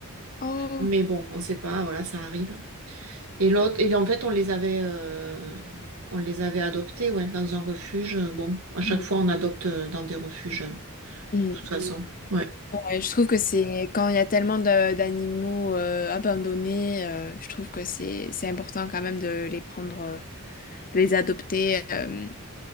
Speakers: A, on the left; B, on the right.
A: Oh.
B: Mais bon, on ne sait pas, voilà, ça arrive. Et l'autre, et en fait, on les avait, euh, on les avait adoptés, ouais, dans un refuge. Bon, à chaque
A: Mhm.
B: fois, on adopte euh, dans des refuges, euh, de
A: Mhm.
B: toute Oui. façon. Ouais.
A: Ouais, je trouve que c'est quand il y a tellement de- d'animaux euh, abandonnés, euh, je trouve que c'est c'est important quand même de les prendre, euh, de les adopter euh,